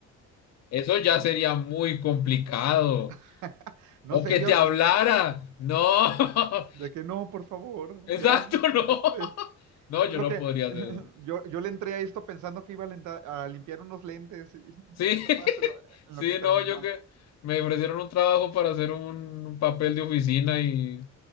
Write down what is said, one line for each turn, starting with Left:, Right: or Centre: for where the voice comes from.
Left: eso ya sería muy complicado.
Right: <laughs> No
Left: O
Right: sé,
Left: que
Right: yo,
Left: te hablara, no, <laughs>
Right: de que no, por favor,
Left: exacto,
Right: ya,
Left: no,
Right: este,
Left: no,
Right: yo
Left: yo
Right: lo
Left: no
Right: que,
Left: podría
Right: <laughs>
Left: hacer eso.
Right: yo, yo le entré a esto pensando que iba a, lenta- a limpiar unos lentes y <laughs>
Left: Sí,
Right: ve nomás
Left: <laughs>
Right: en lo, en
Left: sí,
Right: lo que terminó
Left: no, yo que me ofrecieron un trabajo para hacer un papel de oficina y